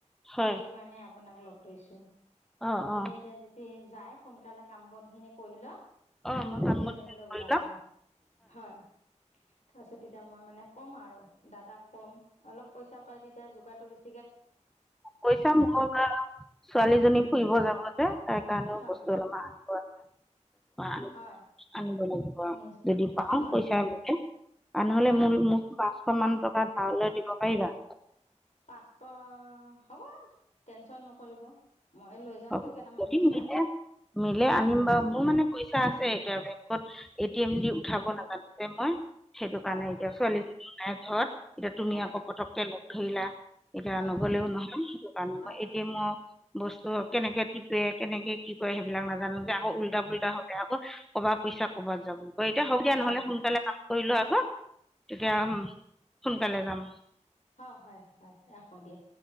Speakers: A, in the centre; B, on the left.
A: হয়
B: সেইটো কাৰণে আপোনাক লগ ধৰিছোঁ
A: অ'
B: আপুনি
A: অ'
B: এতিয়া স যাই সোনকালে কাম বন খিনি কৰি ল।
A: অ'
B: কৈ
A: মই
B: মেলি
A: কাম বন
B: লৈফেলে
A: শেষ কৰি
B: ওলাব
A: ল'ম
B: হয়। তাৰ পিছত তেতিয়া মই মানে ক'ম আৰু দাদা কম অলপ পইচা পাই তেতিয়া যোগাৰটো বেছি
A: কৈছা মই বা ছোৱালীজনী ফুৰিব যাব যে তাক <unintelligible>
B: হয়
A: বস্তু অলপমান আনিব আছে
B: হয়
A: আনিব লাগে।
B: নিজ
A: যদি পাওঁ
B: হয়
A: পইচাে
B: হয়
A: গোটেই। আনহলে
B: হয়
A: মোল মোক পাঁচশ মান টকা ধাৰলে দিব পাৰিবা?
B: পাঁচশ হ'ব টেনচন নকৰিব। মই লৈ যামতো
A: অ',
B: কেইটামান
A: যদি
B: পইচা
A: মিলে মিলে আনিম
B: হয়
A: বাৰু মোৰ মানে পইচা আছে এতিয়া বেংকত। এ টি এম দি উঠাব নাজানোযে মই সেইটো কাৰণে
B: হয়
A: এতিয়া ছোৱালীজনী নাই ঘৰত। এতিয়া
B: হয়
A: তুমি আকৌ পতককে লগ ধৰিলা। এতিয়া
B: হয়
A: নগলেও
B: হয়
A: নহয় সেইটো কাৰণে
B: হয়
A: মই এতিয়া
B: হয় হয়
A: মই বস্তু কেনেকে টিপে কেনেকে কি কৰে সেইবিলাক নাজানো যে আকৌ উল্টা-পুল্টা হলে আকৌ কবা পইচা ক'বাত যাম। অ, এতিয়া হব দিয়া
B: হয়
A: নহলে সোনকালে কাম কৰিলো আগৌ এতিয়া
B: হয় হয়
A: সোনকালে যাম।
B: হয় হয় হয় ৰাখো দিয়া।